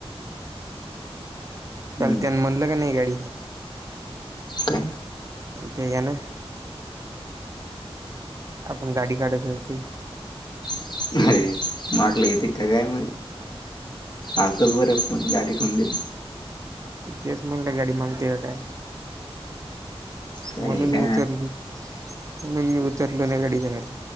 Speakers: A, on the left; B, on the right.
A: हम्म
B: चाल त्यान म्हणलं का नाही गाडी?
A: काय?
B: अ ते, या न आपण गाडी काढत होतो, ती.
A: अय मा वाटल, येत का, काय मग? आलतच बर, पण गाडी ठेवून दे.
B: तेच म्हणल, गाडी मांगती का, काय?
A: काय
B: म्हणून
A: आहे का
B: मी उतरलो <unintelligible> म्हणून मी उतरलो नही, गाडीच्या खाली